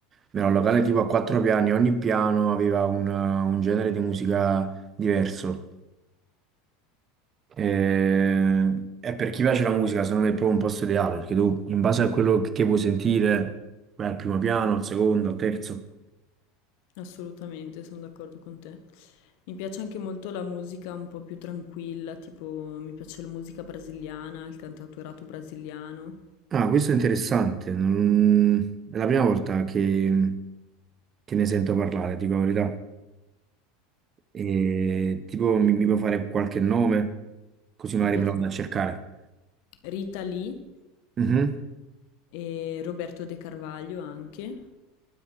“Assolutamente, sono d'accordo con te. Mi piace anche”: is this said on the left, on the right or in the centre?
Left